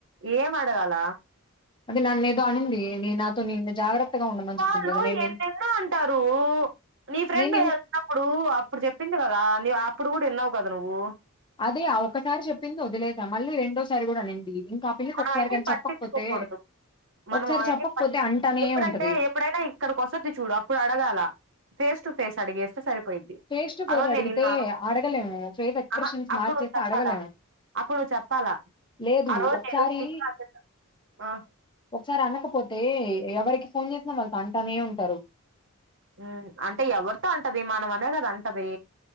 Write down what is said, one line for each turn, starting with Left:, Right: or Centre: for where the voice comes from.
Right: ఏమడగాల
Left: అది నన్నేదో అనింది నీ నాతో నిన్ జాగ్రత్ ఉండమని
Right: వాళ్ళు
Left: చెప్పింది కదా నేను
Right: ఎన్నెన్నో అంటారు నీ ఫ్రెండు
Left: నేను నిన్
Right: ఉప్పుడు అప్పుడు చెప్పింది కదా నీవు అప్పుడు కూడా విన్నావు కదా నువ్వు
Left: అదీ ఆ ఒకసారి చెప్పింది వదిలేసా మళ్ళీ రెండోసారి కూడా అనింది ఇంకా పిల్లకి
Right: మనం
Left: ఒకసారి
Right: ఏంది
Left: కాని
Right: పట్టించుకోకూడదు
Left: చెప్పకపోతే
Right: మనం
Left: ఒకసారి
Right: ఆయన్ని
Left: చెప్పకపోతే
Right: పట్టిం
Left: అంటానే
Right: ఎప్పుడంటే
Left: ఉంటది
Right: ఎప్పుడైనా ఇక్కడి కోస్తద్ది చూడు ఇప్పుడు అడగాల ఫేస్ టు ఫేస్ అడిగేస్తే సరి పోయిధి
Left: ఫేస్ టు ఫేస్
Right: అరోజ్
Left: అడిగితే
Right: నేన్ ఇన్నాను
Left: అడగలేము ఫేస్ ఎక్స్ప్రెషన్స్
Right: ఆ ఆ అప్పుడు
Left: మార్చేసి
Right: నువ్వు చెప్పాలా
Left: అడగలేము
Right: అప్పుడు చెప్పాలా
Left: లేదు
Right: ఆ రోజు
Left: ఒకసారి
Right: నేను <inaudible>
Left: ఒకసారనకపోతే ఎవరికి ఫోన్ చేసినా వాళ్ళతో అంటానే ఉంటారు
Right: హు అంటే ఎవర్ తో అంటది మనం అనే కదా అంటది